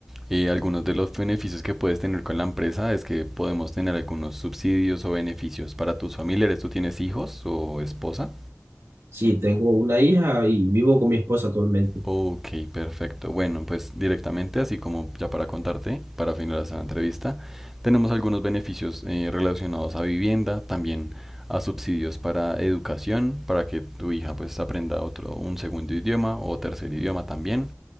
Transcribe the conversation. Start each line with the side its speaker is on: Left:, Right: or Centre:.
Centre: eh, algunos de los beneficios que puedes tener con la empresa es que podemos tener algunos subsidios o beneficios para tus familiares. ¿Tú tienes hijos o esposa?
Right: Sí, tengo una hija y vivo con mi esposa actualmente.
Centre: Ok, perfecto. Bueno, pues directamente, así como ya para contarte, para finalizar la entrevista, tenemos algunos beneficios eh, relacionados a vivienda, también a subsidios para educación, para que tu hija pues aprenda otro, un segundo idioma o tercer idioma también.